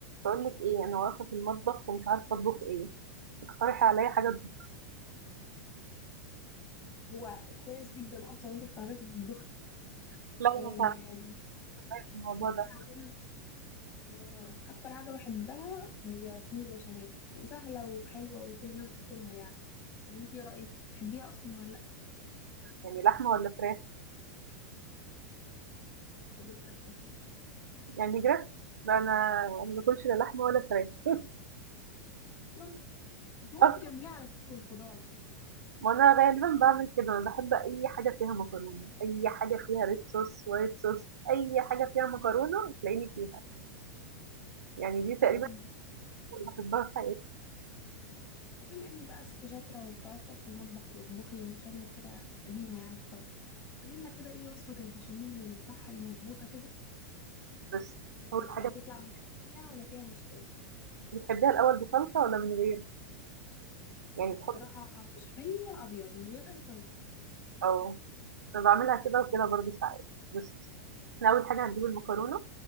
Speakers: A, on the right; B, on the left.
A: بقول لك ايه انا واقفه في المطبخ ومش عارفه اطبخ ايه اقترحي عليا حاجه تطبخ
B: هو كويس جدا اصلا انت بتعرفي تطبخي
A: لا انا
B: آم،
A: تعبانه في الموضوع
B: هو انا
A: ده
B: عموما آه، اكتر حاجه بحبها هي صينيه بشاميل وسهله وحلوه وكل الناس بتاكلها يعني ولا انت ايه رايك تحبيها اصلا ولا لا
A: يعني لحمه ولا فراخ
B: بحب الفراخ اكتر
A: يعني جريس لا انا أنا ما باكلش لا لحمه ولا فراخ <laughs>
B: اصلا انت ممكن
A: اصلا
B: تعمليها على فكره بالخضار
A: ما انا غالبا بعمل كده انا بحب اي حاجه فيها مكرونه اي حاجه فيها ريد صوص وايت صوص اي حاجه فيها مكرونه تلاقيني فيها يعني دي
B: وانا
A: تقريبا
B: جدا
A: اللي بحبها في حياتي
B: طب بما انك بقى ست شاطره وبتعرفي تقفي في المطبخ وتطبخي وشكلك كده قديمه يعني في الطبخ قولي لنا كده ايه وصفه البشاميل الصح المظبوطه كده
A: بس
B: عشان
A: اول
B: المره
A: حاجه
B: تطلع مكتله ولا فيها مشكله
A: بتحبيها الاول بصلصه ولا من غير يعني
B: لا
A: تحطي
B: بصراحة بشاميل أبيض من غير أي صلصة
A: او انا بعملها كده وكده برضه ساعات بس احنا اول حاجه هنجيب المكرونه